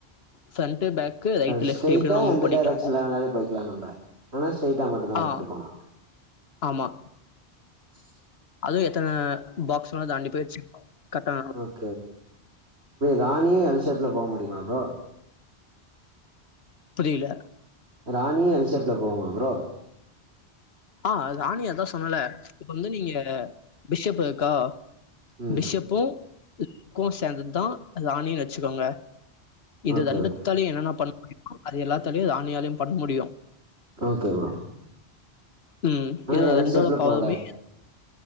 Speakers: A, on the left; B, on the right.
A: ஃப்ரண்ட்டு பேக்கு ரைட்டு
B: ஸ்ட்ரைட்டா
A: லெஃப்ட்டு எப்டி வேணா மூவ்
B: எந்த
A: பண்ணிக்கலாங்க
B: டைரக்சன்ல வேணும்னாலு போயிக்கலா நம்ப <unintelligible> ஸ்ட்ரெய்ட்டா மட்டுதா எடுத்துட்டு
A: ஆ
B: போனா
A: ஆமா
B: <inaudible>
A: அதுவு எத்தன பாக்ஸ் தாண்டி போயிச்சு கட் ஆனாலு
B: <unintelligible> ராணியும் எல்ஷேப்ல போக முடியுமா ப்ரோ
A: புரியல
B: ராணியு எல்சேப்ல போகுமா ப்ரோ
A: அ ராணி அதுதாசொன்னல இப்ப வந்து நீங்க பிஷப் இருக்கா
B: ம்
A: பிஷப்பு <unintelligible> சேந்ததுதா ராணின்னு வச்சுக்கோங்க இது
B: ஓகே
A: ரெண்டு
B: ஓகே
A: தலையு என்ன எல்லாபண்ண முடியுமோ அது எல்லாத்தையு ராணி ஆளையு பண்ண முடியும்
B: ஓகே ப்ரோ
A: ம்
B: ஆனா
A: இதோட
B: எல்
A: ரெண்டோட
B: ஷேப்ல
A: பாவமே
B: போகாது